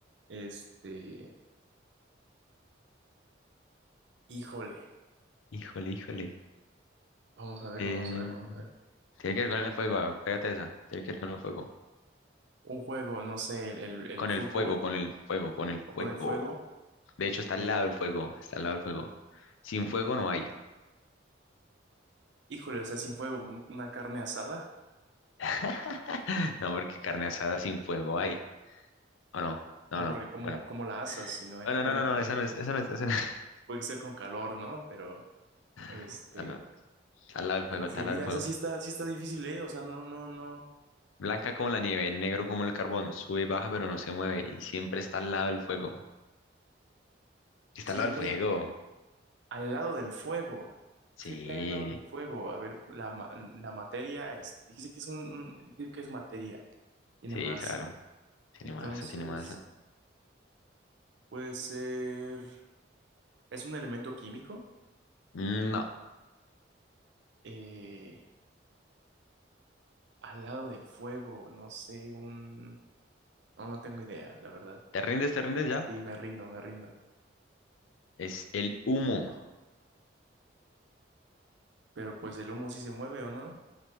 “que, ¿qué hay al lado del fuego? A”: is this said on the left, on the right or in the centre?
Right